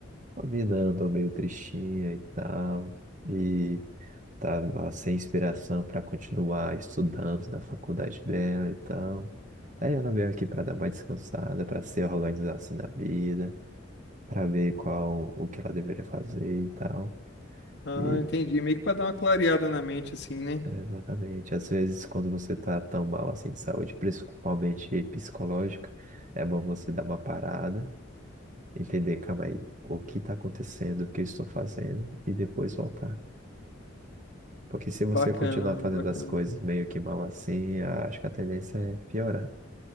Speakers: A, on the right; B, on the left.
A: a vida andou meio tristinha e tal, e tava sem inspiração pra continuar estudando na faculdade dela e tal. Daí ela veio aqui pra dar uma descansada, pra se organizar assim na vida, pra ver qual o que ela deveria fazer e tal.
B: Ah,
A: E
B: entendi. Meio que pra dar uma clareada na mente, assim, né?
A: É, Exatamente. Às vezes, quando você tá tão mal assim de saúde, principalmente psicológica, é bom você dar uma parada, entender, calma aí, o que tá acontecendo, o que eu estou fazendo, e depois voltar. Porque se você
B: Bacana,
A: continuar
B: mano,
A: fazendo
B: bacana.
A: as coisas meio que mal assim, acho que a tendência é piorar.